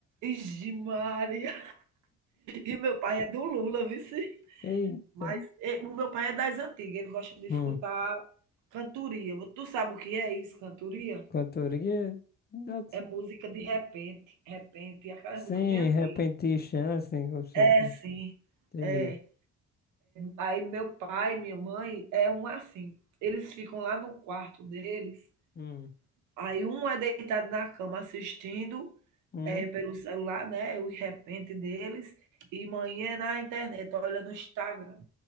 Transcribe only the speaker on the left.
Eita.
Hum.
Cantoria. dá-
Sim,
repentista, assim, como se
fosse.
Entendi.
Hum.
Hum.